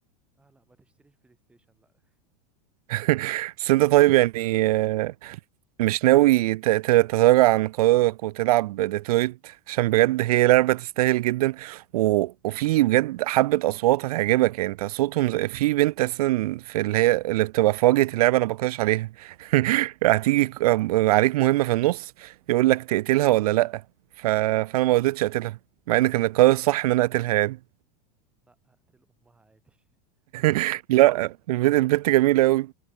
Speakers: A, in the centre; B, on the right.
A: اه لا ما تشتريش بلاي ستيشن لا
B: <laughs> بس انت طيب يعني آه، مش ناوي ت- ت- تتراجع عن قرارك وتلعب ديترويت عشان بجد هي لعبة تستاهل جدا و... وفي بجد حبة أصوات هتعجبك يعني انت صوتهم زي... في بنت أساسا في اللي هي اللي بتبقى في واجهة اللعبة أنا بكرش عليها <laughs> هتيجي ك- أم- عليك مهمة في النص يقول لك تقتلها ولا لأ ف... فأنا ما رضيتش أقتلها مع إن كان القرار الصح إن أنا أقتلها يعني
A: <laughs> لا اقتل امها عادي <laughs> طب هقول
B: <laughs>
A: لك يا
B: لأ
A: اسطى
B: البنت البنت جميلة أوي